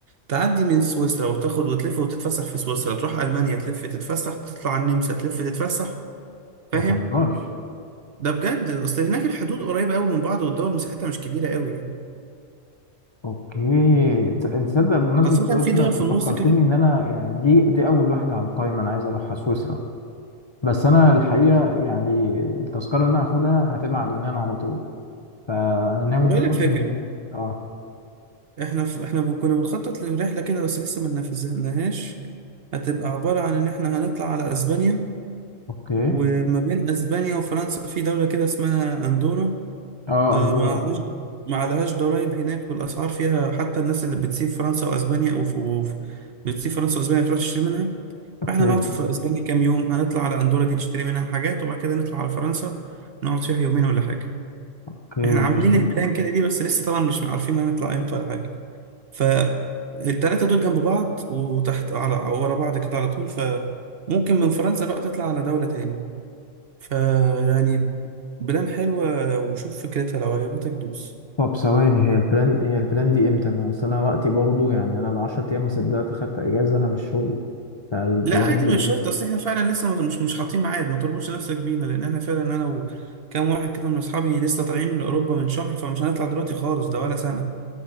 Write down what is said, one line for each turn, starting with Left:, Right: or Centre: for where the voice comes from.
Right: تعدي من سويسرا وتاخد وتلف وتتفسح في سويسرا تروح ألمانيا تلف تتفسح تطلع على النمسا تلف تتفسح فاهم
Left: ما تهزرش
Right: ده بجد اصل هناك الحدود قريبة قوي من بعض والدول مساحتها مش كبيرة قوي يعني
Left: اوكي ت- انت تصدق بمناسبة
Right: خاصة
Left: سويسرا
Right: في دول
Left: انت
Right: في
Left: فكرتني
Right: النص كده
Left: ان انا يعني دي دي اول واحدة على القائمة انا عايز اروحها سويسرا بس انا الحقيقه يعني التذكره اللي هاخدها هتبقى على اليونان على طول فانا ناوي
Right: بقول
Left: ان انا
Right: لك
Left: اروح
Right: فاكر
Left: من اليونان اه
Right: احنا ف... احنا بن- كنا بنخطط لرحلة كده بس لسه ما نفذناهاش هتبقى عبارة عن ان احنا هنطلع على اسبانيا
Left: اوكي
Right: وما بين اسبانيا وفرنسا في دولة كده اسمها اندورا
Left: اه
Right: اه،
Left: اندورا
Right: ما عليهاش ما عليهاش ضرايب هناك والاسعار فيها حتى الناس اللي بتسيب فرنسا واسبانيا وف... وف... بتسيب فرنسا واسبانيا بتروح تشتري منها
Left: اوكي
Right: فاحنا نقعد في اسبانيا كام يوم هنطلع على اندورا دي نشتري منها حاجات وبعد كده نطلع على فرنسا نقعد فيها يومين ولا حاجة
Left: اوكي
Right: احنا عاملين
Left: ماشي
Right: البلان كده دي بس لسه طبعا مش عارفين هنطلع امتى ولا حاجه فالتلاتة دول جنب بعض وتحت على ورا بعض كده على طول فممكن من فرنسا بقى تطلع على دولة تاني فيعني بلان حلوة وشوف فكرتها لو عجبتك دوس
Left: طب ثواني هي البلان هي البلان دي امتى ما اصل انا وقتي برضو يعني انا ب 10 ايام ما صدقت اخدت اجازه انا مش شغل فالبلان
Right: لا عادي
Left: دي
Right: مش
Left: امتى
Right: شرط اصل احنا فعلا لسه مز- مش مش حاطين ميعاد ما تربطش نفسك بينا لان انا فعلا انا وكام واحد كده من اصحابي لسه طالعين من اوروبا من شهر فمش هنطلع دلوقتي خالص ده ولا سنة